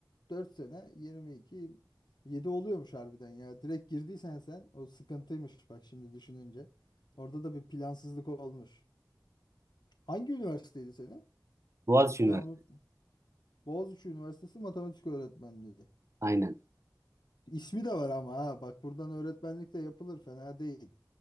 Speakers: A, on the left; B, on the right.
A: 4 sene 22, 7 oluyormuş harbiden ya. Direkt girdiysen sen o sıkıntıymış bak şimdi düşününce. Orada da bir plansızlık olmuş. Hangi üniversiteydi senin?
B: Boğaziçi Üniversitesi.
A: Ben unuttum. Boğaziçi Üniversitesi Matematik Öğretmenliği.
B: Aynen.
A: İsmi de var ama ha bak buradan öğretmenlik de yapılır fena değil.